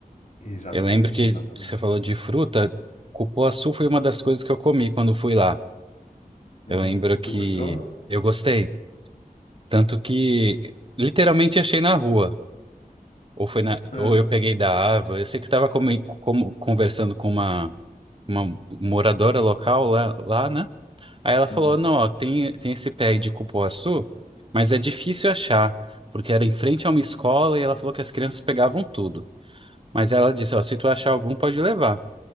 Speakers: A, on the left; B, on the right.
A: Exatamente,
B: Eu lembro que
A: exatamente.
B: você falou de fruta, cupuaçu foi uma das coisas que eu comi quando fui lá.
A: Uhum.
B: Eu lembro que
A: Tu gostou?
B: eu gostei, tanto que literalmente achei na rua, ou foi na,
A: <laughs>
B: ou eu peguei da árvore. Eu sei que eu estava conversando com uma, uma moradora local lá, lá, né? Aí ela falou:
A: Hum. Uhum.
B: "Não, ó, tem tem esse pé aí de cupuaçu, mas é difícil achar, porque era em frente a uma escola e ela falou que as crianças pegavam tudo. Mas ela disse: "Ó, se tu achar algum, pode levar."